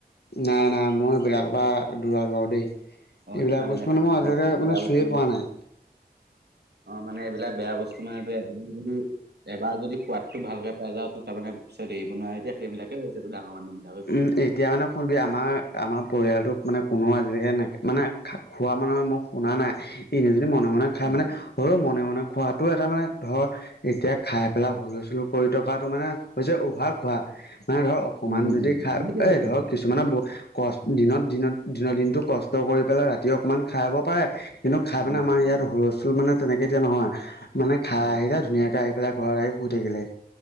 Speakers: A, on the left (about 80°); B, on the right (about 85°).
A: নাই নাই, মই এইবিলাকৰ পৰা দূৰত বাৰু দেই।
B: অ
A: এইবিলাক
B: নাখাবি
A: বস্তু
B: নাখাবি
A: মানে মই
B: এইবিলাক
A: আজিলৈকে মানে
B: বেয়া
A: চুইয়েই
B: বস্তু
A: পোৱা
B: নেকি।
A: নাই।
B: অ', মানে এইবিলাক বেয়া বস্তু মানে তই এদিনো যদি এবাৰ যদি সোৱাদটো ভালকে পাই যাও, তোৰ তাৰমানে পিছত এৰিব নোৱাৰে, এতিয়া সেইবিলাকেই হৈছেটো ডাঙৰ মানুহৰ।
A: উম, এতিয়া মানে শুনবি আমাৰ আমাৰ পৰিয়ালটোক মানে কোনো আজিলৈকে নে মানে খা খোৱা মানে মই শুনা নাই। ইনে যদি মনে মনে খাই
B: উম
A: মানে, হলেও মনে মনে খোৱা টো এটা মানে ধৰ এতিয়া খাই পেলাই হুলষ্টোল কৰি থকাটো মানে হৈছে অভাৰ খোৱা। মানে ধৰ। অকমান
B: উম,
A: যদি
B: উম,
A: খাই
B: উম। সেইটোৱেইতো
A: এই ধৰক কি কিছুমানে ক দিনত দিনত দিনৰ দিনটো কষ্ট কৰি পেলাই ৰাতি অকমান খাব পাৰে। কিন্তু খাই মানে
B: উম
A: আমাৰ ইয়াত হুলস্থুল মানে তেনেকৈ এতিয়া নহয়, মানে খাই
B: উম
A: আহিলে ধুনীয়াকে আহি পেলাই ঘৰত আহি শুই থাকিলে।